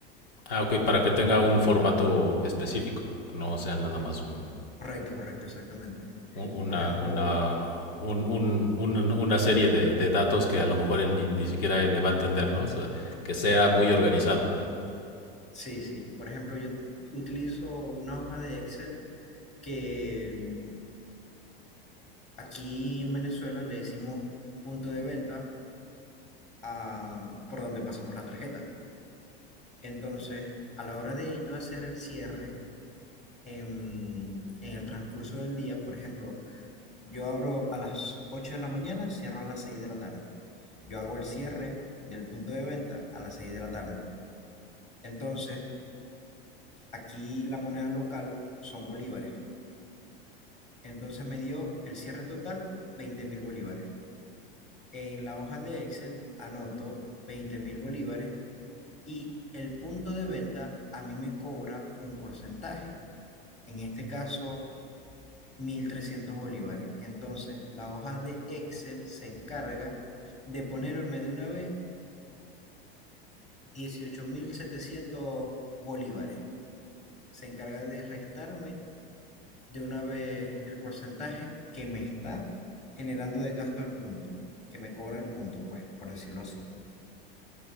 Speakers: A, on the left; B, on the left.
A: Ah, ok, para que tenga un formato específico, no sea nada
B: cor-
A: más un,
B: correcto, correcto, exactamente.
A: una,
B: Por ejemplo,
A: una, un- un- un- una serie de, de datos que a lo mejor él ni, ni siquiera él le va a entender, ¿no? O sea, que sea muy organizado.
B: sí, sí. Por ejemplo, yo utilizo una hoja de Excel que mm, aquí en Venezuela le decimos punto de venta a, por donde pasamos la tarjeta. Entonces, a la hora de yo hacer el cierre, en, en el transcurso del día, por ejemplo, yo abro a las 8 de la mañana, cierro a las 6 de la tarde. Yo hago el cierre del punto de venta a las 6 de la tarde. Entonces, aquí la moneda local son bolívares. Entonces me dio el cierre total veinte mil bolívares. En la hoja de Excel anoto veinte mil bolívares y el punto de venta a mí me cobra un porcentaje. En este caso, 1300 bolívares. Entonces, la hoja de Excel se encarga de ponerme de una vez 18.700 bolívares. Se encarga de restarme de una vez el porcentaje que me está generando de gasto al punto, que me cobra el punto, pues, por decirlo así.